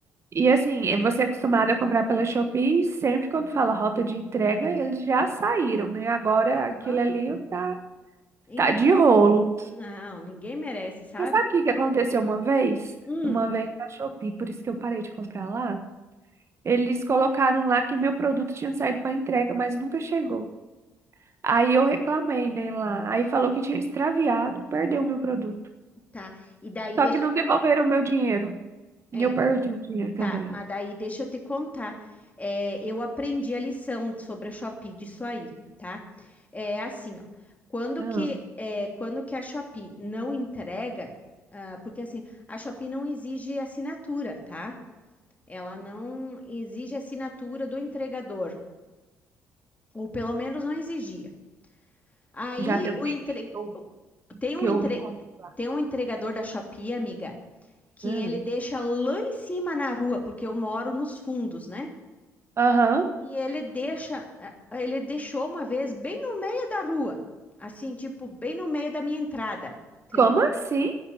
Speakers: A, on the right (about 40°); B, on the left (about 20°).
A: E assim, é você é acostumado a comprar pela Shopee, e sempre quando fala rota de entrega, eles já saíram, né? Agora aquilo
B: Aham.
A: ali tá,
B: Isso.
A: tá de rolo.
B: Não, ninguém merece, sabe?
A: Mas sabe o que que aconteceu uma vez?
B: Hum,
A: Uma vez na Shopee, por isso que eu parei de comprar lá. Eles colocaram lá que meu produto tinha saído para entrega, mas nunca chegou. Aí eu reclamei, né, lá. Aí falou que tinha extraviado, perdeu o meu produto.
B: Tá. E daí deixa.
A: Só que não devolveram o meu dinheiro.
B: É.
A: E eu perdi o dinheiro também.
B: Tá, mas daí deixa eu te contar. É, eu aprendi a lição sobre a Shopee disso aí, tá? É assim, ó. Quando
A: Aham.
B: que, é, quando que a Shopee não entrega, ah, porque assim, a Shopee não exige assinatura, tá? Ela não exige assinatura do entregador, ou pelo menos não exigia. Aí
A: Já tem um
B: o
A: tempinho
B: entre...
A: que eu,
B: tem um
A: que
B: entre...
A: eu não compro lá.
B: tem um entregador da Shopee, amiga, que
A: Ah.
B: ele deixa lá em cima na rua, porque eu moro nos fundos, né?
A: Aham.
B: E ele deixa, eh, ele deixou uma vez bem no meio da rua, assim, tipo, bem no meio da minha entrada, entendeu?
A: Como assim?